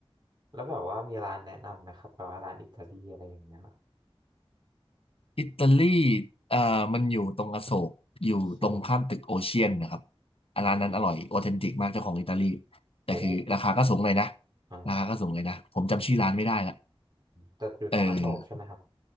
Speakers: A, on the right; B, on the left.
A: แล้วแบบว่ามีร้านแนะนำไหมครับแบบว่าร้านอิตาลีอะไรอย่างเงี้ย
B: อิตาลีเอ่อมันอยู่ตรงอโศกอยู่ตรงข้ามตึกโอเชียนนะครับ
A: โซ
B: อ่ะร้านนั้นอร่อยออเทนติกมากเจ้าของอิตาลี
A: อืม
B: แต่คือราคาก็สูงเลยนะ
A: โอ้อ๋อ
B: ราคาก็สูงเลยนะผมจำชื่อร้านไม่ได้ละ
A: แต่แต่อยู่ตรงอโศกใช่ไหมครับ
B: เออ